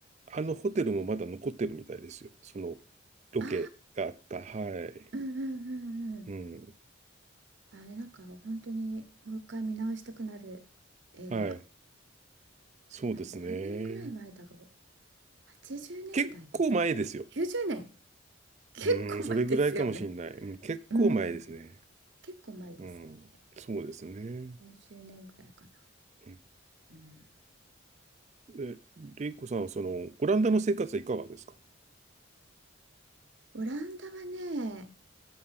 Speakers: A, on the right; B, on the right.
A: あのホテルもまだ残ってるみたいですよ。そのロケがあった。
B: ああ、
A: はい。
B: うんうんうんうん。
A: うん。
B: あれなんか本当にもう一回見直したくなる映画な
A: はい。そうですね。
B: あれ何年ぐらい前だろう80年代ですかね90年
A: 結構前ですよ。
B: 結構前ですよね
A: うん、それぐらいかもしれない。うん、結構前ですね。
B: うん結構前ですね
A: うん。そうですね。
B: 90年ぐらいかな
A: うん、
B: うん
A: え、レイコさんはその、オランダの生活はいかがですか
B: オランダはね